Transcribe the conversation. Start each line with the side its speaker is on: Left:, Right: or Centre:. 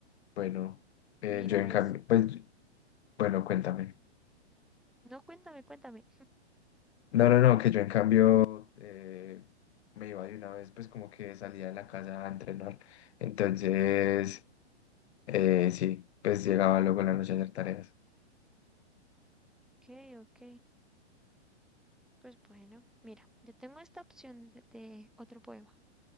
Left: Bueno, eh,
Centre: Mira,
Left: yo en
Centre: es...
Left: cambio, pues, bueno, cuéntame.
Centre: No, cuéntame, cuéntame.
Left: No, no, no, que yo en cambio eh, me iba de una vez, pues como que salía de la casa a entrenar. Entonces... Eh, sí, pues llegaba luego en la noche a hacer tareas.
Centre: Ok, ok. Pues bueno, mira, yo tengo esta opción de de otro poema.